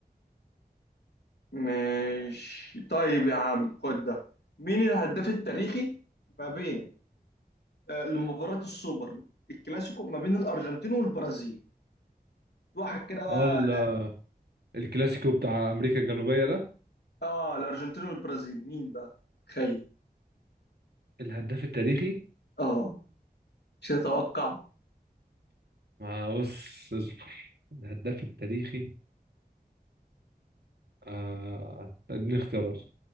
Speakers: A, on the left; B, on the right.
A: ماشي طيب يا عم خد ده مين الهداف التاريخي ما بين آه لمباراة السوبر الكلاسيكو ما بين الأرجنتين والبرازيل في واحد كده بقى
B: اه ال- الكلاسيكو بتاع امريكا الجنوبيه ده
A: اه الأرجنتين والبرازيل مين بقى تخيل
B: الهداف التاريخي
A: اه مش هتوقع
B: ما بص اصبر الهداف التاريخي آه اديني اختيارات